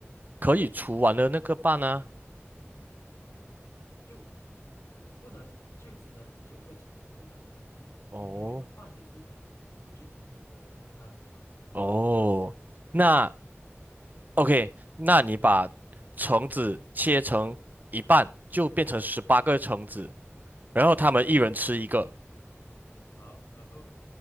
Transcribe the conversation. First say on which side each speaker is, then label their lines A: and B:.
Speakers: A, on the right; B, on the left.
A: 可以除完的那个瓣啊。
B: 就不不能就只能九个城，不能你里面的半也是
A: 哦。
B: 不均匀，对不对？那个大小。
A: 哦，那 OK，那你把橙子切成一半，就变成十八个橙子，然后他们一人吃一个，
B: 好，然后